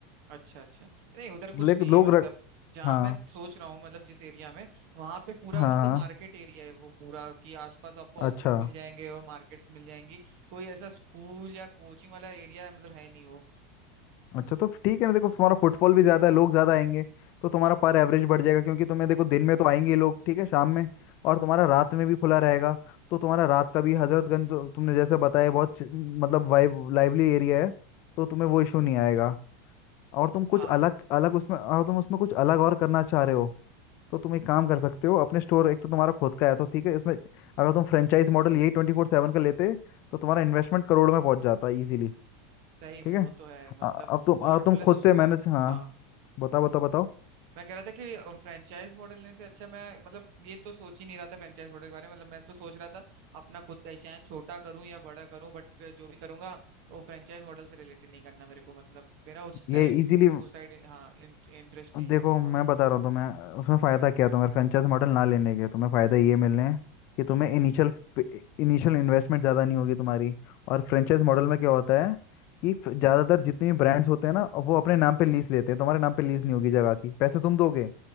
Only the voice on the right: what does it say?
अच्छा अच्छा नहीं उधर कुछ
नहीं
है मतलब
जहाँ
मैं सोच रहा हूँ मतलब जिस एरिया में वहां पे पूरा
मतलब मार्केट
एरिया है वो पूरा कि आसपास आपको ऑफिस
मिल जाएंगे और मार्केट्स मिल जाएंगी कोई ऐसा स्कूल या कोचिंग वाला एरिया मतलब है नहीं वो
हम्म
हाँ
सही में
वो
तो है मतलब
और
प्लस
उसको
हाँ
मैं कह रहा था कि फ्रेंचाइज मॉडल लेने से अच्छा मैं मतलब ये तो सोच ही नहीं रहा था फ्रेंचाइज मॉडल के बारे में मतलब मैं तो सोच रहा था अपना खुद का ही चैनल छोटा करूं या बड़ा करूं बट जो भी करूंगा वो फ्रेंचाइज मॉडल से रिलेटेड नहीं करना मेरे को मतलब मेरा उस
टाइप
उस साइड हाँ इंटरेस्ट नहीं
है, मतलब
थोड़ा
हम्म